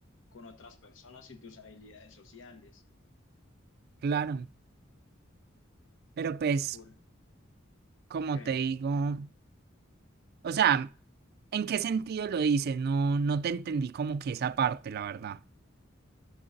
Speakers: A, on the left; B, on the right.
A: con otras personas y tus habilidades sociales.
B: Claro, pero pues,
A: ¿Por
B: como
A: qué?
B: te digo, o sea, ¿en qué sentido lo dices? No, no te entendí como que esa parte, la verdad.